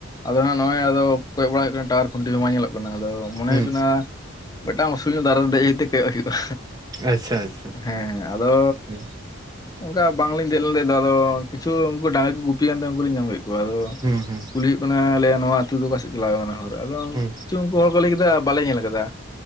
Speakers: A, on the left; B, on the right.
A: ᱟᱫᱚ ᱦᱟᱸᱜ ᱱᱚᱜᱚᱭ ᱟᱫᱚ ᱠᱚᱭᱚᱜ ᱵᱟᱲᱟ ᱦᱩᱭᱩᱜ ᱠᱟᱱᱟ ᱴᱟᱣᱟᱨ ᱠᱷᱩᱱᱴᱤ ᱦᱚᱸ ᱵᱟᱝ ᱧᱮᱞᱚᱜ ᱠᱟᱱᱟ ᱟᱫᱚ ᱢᱚᱱᱮ
B: ᱦᱩᱸ
A: ᱦᱩᱭᱩᱜ ᱠᱟᱱᱟ ᱢᱤᱫᱴᱟᱝ ᱩᱥᱩᱞ ᱧᱚᱜ ᱫᱟᱨᱮ ᱫᱮᱡ ᱦᱮᱡ ᱛᱮ ᱠᱚᱭᱚᱜ ᱦᱩᱭᱩᱜ-ᱟ,
B: ᱟᱪᱪᱷᱟ ᱟᱪᱪᱷᱟ
A: ᱦᱮᱸ ᱟᱫᱚ
B: ᱦᱩᱸ
A: ᱚᱝᱠᱟ ᱵᱟᱝᱞᱤᱧ ᱫᱮᱡ ᱞᱮ ᱫᱚ ᱟᱫᱚ ᱠᱤᱪᱷᱩ ᱩᱝᱠᱩ ᱰᱟᱝᱨᱤ ᱠᱚ ᱜᱩᱯᱤ ᱠᱟᱱ ᱛᱟᱦᱮᱜ ᱩᱝᱠᱩᱞᱤᱧ ᱧᱟᱢ ᱠᱮᱫ ᱠᱚᱣᱟ ᱟᱫᱚ
B: ᱦᱩᱸ ᱦᱩᱸ
A: ᱠᱩᱞᱤ ᱦᱩᱭᱩᱜ ᱠᱟᱱᱟ ᱟᱞᱮ ᱱᱚᱣᱟ ᱟᱹᱛᱩ ᱫᱚ ᱚᱠᱟ ᱥᱮᱫ ᱪᱟᱞᱟᱣ ᱠᱟᱱᱟ ᱦᱚᱨ ᱟᱫᱚ
B: ᱦᱩᱸ
A: ᱠᱤᱪᱷᱩ ᱩᱝᱠᱩ ᱦᱚᱲ ᱠᱚ ᱞᱟᱹᱭ ᱠᱮᱫᱟ ᱵᱟᱞᱮ ᱧᱮᱞ ᱠᱟᱫᱟ᱾